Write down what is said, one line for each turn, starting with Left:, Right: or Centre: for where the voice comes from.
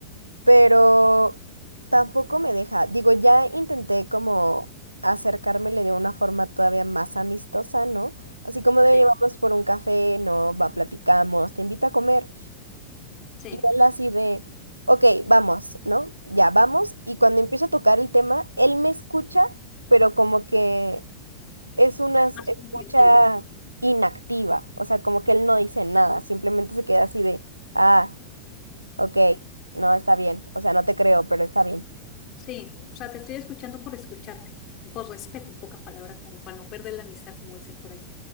Right: pero tampoco me deja. Digo, ya intenté como acercármele de una forma todavía más amistosa, ¿no? Así como de
Left: Sí,
Right: llevamos por un café, ¿no? Va, platicamos, te invito a comer.
Left: sí,
Right: Y él así de, ok, vamos, ¿no? Ya vamos. Y cuando empiezo a tocar el tema, él me escucha, pero como que es una s-
Left: más
Right: escucha
Left: conflictivo.
Right: inactiva. O sea, como que él no dice nada, simplemente se queda así de, ah, ok,
Left: ujú,
Right: no, está bien. O sea, no te creo, pero está bien.
Left: sí. O sea, te estoy escuchando por escucharte, por respeto, en pocas palabras, como para no perder la amistad, como dicen por ahí.